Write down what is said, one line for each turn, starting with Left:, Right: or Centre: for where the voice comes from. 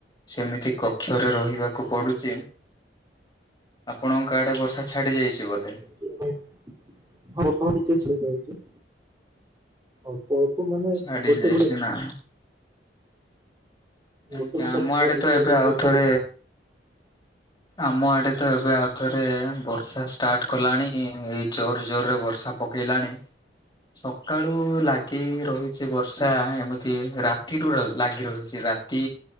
Left: ସେମିତି କକ୍ଷରେ ରହିବାକୁ ପଡୁଚି। ଆପଣଙ୍କ ଆଡେ ବର୍ଷା ଛାଡି ଯାଇଛି ବୋଧେ?
Right: ଏବେ ହଁ ବର୍ତ୍ତମାନ ଟିକେ ଛାଡି ଯାଇଛି। ଅଳ୍ପ ଅଳ୍ପ ମାନେ
Left: ଛାଡି
Right: ଗୋଟେ
Left: ଯାଇଛି
Right: ଗୋଟେ
Left: ନା। ଆଜ୍ଞା,
Right: ଗୋଟେ ଗୋଟେ
Left: ଆମ
Right: ବୁନ୍ଦା
Left: ଆଡେ
Right: କିଭଳି
Left: ତ ଏବେ
Right: ଭାବେ
Left: ଆଉ
Right: ପଡେ
Left: ଥରେ ଆମ ଆଡେ ତ ଏବେ ଆଉ ଥରେ ବର୍ଷା ଷ୍ଟାର୍ଟ କଲାଣି। ଏଇ ଜୋର ଜୋର ରେ ବର୍ଷା ପକେଇଲାଣି। ସକାଳୁ ଲାଗି ହେଇ ରହିଛି ବର୍ଷା ଏମିତି ରାତିରୁୁ ଅ, ଲାଗି ରହିଛି ରା ତି